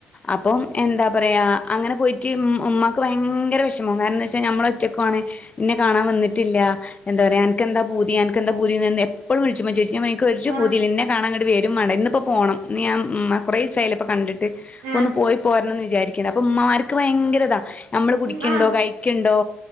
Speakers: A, on the left (about 30°); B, on the right (about 75°).
A: അപ്പോം എന്താ പറയാ അങ്ങനെ പോയിറ്റ് ഇമ്മ് ഉമ്മാക്ക് ഭയങ്കര വെഷമം കാരണംന്താച്ചാ ഞമ്മള് ഒറ്റക്കും ആണ് ഇന്നെ കാണാൻ വെന്ന്ട്ടില്ല എന്താ പറയാ അൻക്കെന്താ പൂതി അൻക്കെന്താ പൂതിന്ന് എ പ്പയും വിൾച്ചുമ്പോ ചോയ്ച്ചും ഞാൻ പറിം ക്കൊരു
B: ആഹ്
A: പൂതിം ഇല്ല ഇന്നെ കാണാങ്ങട്ട് വെരും മാണ്ട ഇന്ന് ഇപ്പൊ പോണം ഇന്ന് ഞാ മ്മാ കൊറേ സായിലെ പ്പൊ കണ്ട്ട്ട് അപ്പൊ
B: ആഹ്
A: ഒന്ന് പോയി പോരനം ന്ന് വിചാരിക്ക്ണ്ട് അപ്പൊ മ്മമ്മാര്ക്ക് ഭയങ്കരതാ നമ്മള് കുടിക്ക്ണ്ടോ
B: ഉം ആഹ്
A: കഴിക്ക് ണ്ടോ